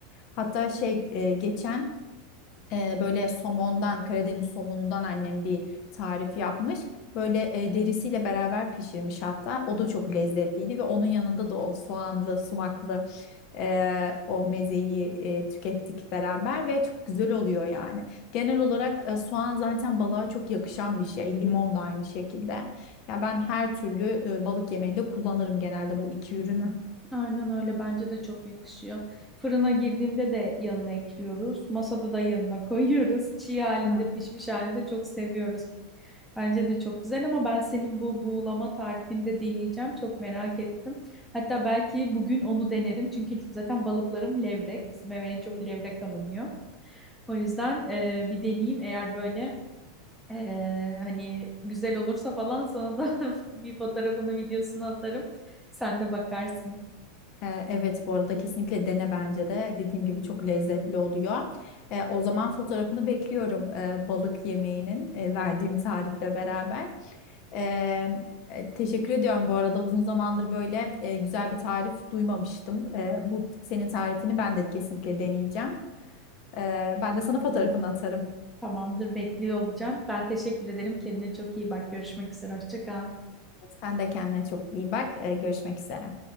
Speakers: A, on the left; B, in the centre.
A: Hatta şey e, geçen e, böyle somondan, Karadeniz somonundan annem bir tarif yapmış. Böyle e, derisiyle beraber pişirmiş hatta. O da çok lezzetliydi ve onun yanında da o soğanlı, sumaklı e, o mezeyi e, tükettik beraber ve çok güzel oluyor yani. Genel olarak e, soğan zaten balığa çok yakışan bir şey. Limon da aynı şekilde. Ya ben her türlü e, balık yemeğinde kullanırım genelde bu iki ürünü.
B: Aynen öyle bence de çok yakışıyor. Fırına girdiğinde de yanına ekliyoruz. Masada da yanına <laughs> koyuyoruz. Çiğ halinde,
A: Hı.
B: pişmiş halinde çok seviyoruz. Bence de çok güzel ama ben senin bu buğulama tarifini de deneyeceğim. Çok merak ettim. Hatta belki bugün onu denerim. Çünkü zaten balıklarım levrek. Bizim eve en çok levrek alınıyor. O yüzden e, bir deneyeyim. Eğer böyle e, hani güzel olursa falan sana da <laughs> bir fotoğrafını, videosunu atarım. Sen de bakarsın.
A: Ee, Evet bu arada kesinlikle dene bence de. Dediğim gibi çok lezzetli oluyor. Ee, o zaman fotoğrafını bekliyorum e, balık yemeğinin e, verdiğim tarifle beraber. Ee, e, teşekkür ediyorum bu arada uzun zamandır böyle e, güzel bir tarif duymamıştım. Ee, bu senin tarifini ben de kesinlikle deneyeceğim. Ee, ben de sana fotoğrafını atarım.
B: Tamamdır, bekliyor olacağım. Ben teşekkür ederim. Kendine çok iyi bak. Görüşmek üzere. Hoşça kal.
A: Sen de kendine çok iyi bak. Ee, görüşmek üzere.